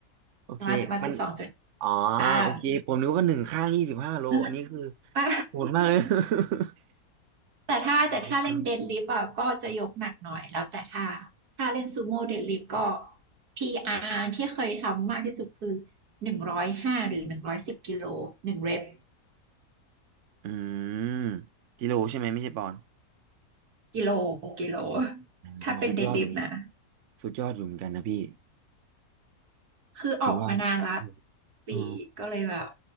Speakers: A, on the right; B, on the right.
A: โอเคมัน
B: ประมาณสิบมาสิบสองจุด
A: อ๋อ
B: ห้าง
A: โอเคผมนึกว่าหนึ่งข้างยี่สิบห้าโลอันนี้คือ
B: <laughs> ไม่
A: โหดมากเลย <laughs>
B: แต่ถ้าแต่ถ้าเล่นเดดลิฟต์อ่ะก็จะยกหนักหน่อยแล้วแต่ถ้า
A: โอเค
B: ถ้าเล่นซูโม่เดดลิฟต์ก็พีอาร์ที่เคยทำมากที่สุดคือหนึ่งร้อยห้าหรือหนึ่งร้อยสิบกิโลหนึ่งเรป
A: อืมจิโร่ใช่ไหมไม่ใช่ปอน
B: กิโลกิโลถ้าเป็นเดดลิฟต์นะ
A: โอ้สุดยอดเหมือนกันสุดยอดอยู่เหมือนกันนะพี่
B: คือออกมานานละ
A: ถือว่าอืม
B: ปีก็เลยแบบ
A: อ๋อ